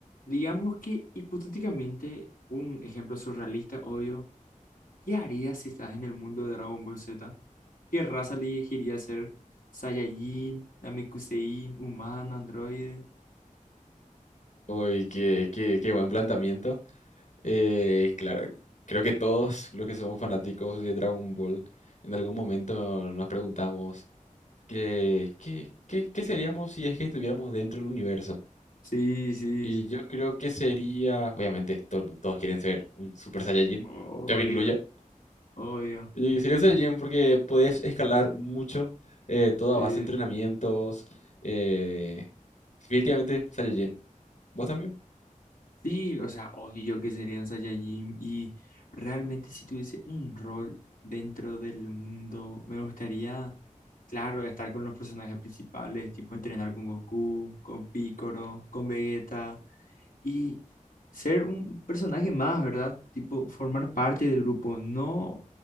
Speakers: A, on the left; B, on the left.
A: Digamos que hipotéticamente, un ejemplo surrealista, obvio, ¿qué harías si estás en el mundo de Dragon Ball Z? ¿Qué raza elegirías ser? ¿Saiyajin, Namekusein, humano, androide?
B: Uy, qué, qué, qué buen planteamiento. Eh, claro, creo que todos los que somos fanáticos de Dragon Ball, en algún momento nos preguntamos qué, qué, qué, qué seríamos si es que estuviéramos dentro del universo.
A: Sí, sí,
B: Y yo creo que sería, obviamente, todo el mu- todos quieren ser un Super Saiyajin,
A: obvio,
B: yo me incluyo.
A: obvio.
B: Y sería un Saiyajin porque puedes escalar mucho, eh, toda
A: Sí.
B: base de entrenamientos. eh, definitivamente Saiyajin. ¿Vos también?
A: Sí, o sea, obvio que serían Saiyajin y realmente si tuviese un rol dentro del mundo, me gustaría, claro, estar con los personajes principales, tipo entrenar con Goku, con Piccolo, con Vegeta y ser un personaje más, ¿verdad? Tipo formar parte del grupo, no,